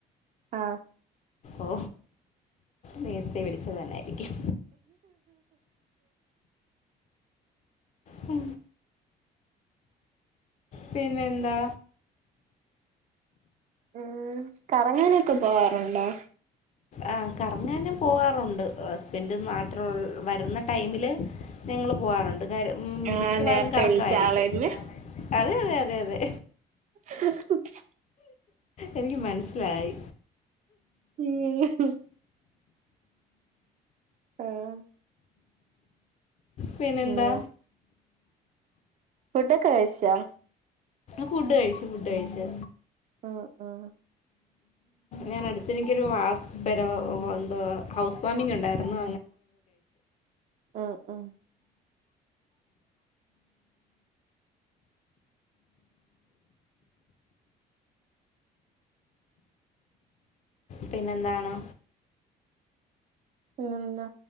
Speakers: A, on the right; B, on the left.
A: ആഹ്
B: ഓ നേരത്തെ വിളിച്ചത് തന്നായിരിക്കും മ് പിന്നെന്താ
A: മ് കറങ്ങാനൊക്കെ പോവാറുണ്ടോ?
B: ആ കറ്ങ്ങാന് പോആറുണ്ട് ഹസ്ബൻഡ് നാട്ടില് വരുന്ന ടൈമില് പോവാറുണ്ട്
A: ആഹ്
B: മിക്കവാറും
A: നേരത്തെ
B: കറക്കായിരിക്കും
A: വിളിച്ച ആളന്നെ
B: അതെ അതെതെ അതെ
A: ഹ് ഹ് ഹ ഹാ
B: എനിക്ക് മനസ്സിലായി
A: ഉംഹ് ഹ ആഹ്
B: പിന്നെന്താ
A: പിന്നെ ഫുഡൊക്കെ കഴിച്ചാ
B: ഫുഡ് കഴിച്ചു ഫുഡ് കഴിച്ചു
A: ആഹ് ആഹ്
B: ഞാൻ അടുത്ത് ഇനിക്കൊരു വാസ് പെരവ് എന്തോ ഹൗസ് ഫാമിംങ്ങി ണ്ടായിരുന്നു
A: ആഹ്ആഹ്
B: പിന്നെന്താണ്
A: ഏന്താ